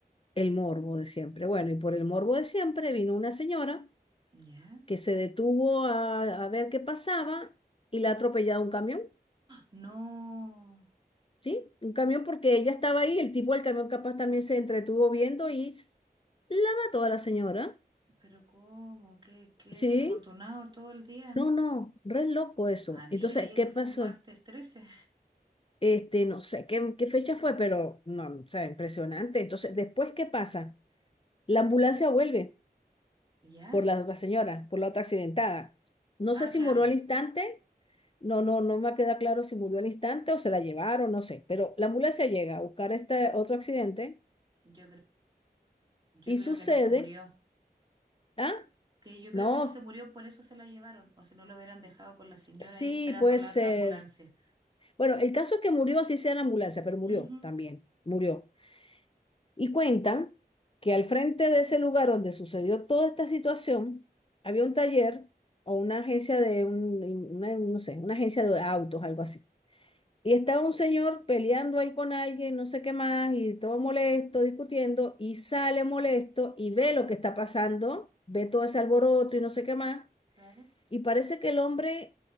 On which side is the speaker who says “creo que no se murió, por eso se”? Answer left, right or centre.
Right